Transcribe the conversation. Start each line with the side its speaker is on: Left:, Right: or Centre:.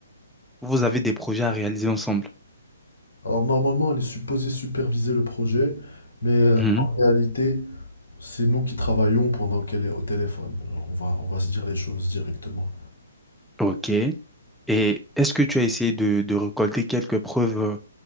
Centre: vous avez des projets à réaliser ensemble.
Left: Alors normalement, elle est supposée superviser le projet, mais euh,
Centre: Mhm.
Left: en réalité, c'est nous qui travaillons pendant qu'elle est au téléphone. Alors, on va, on va se dire les choses directement.
Centre: Ok. Et est-ce que tu as essayé de, de récolter quelques preuves? euh,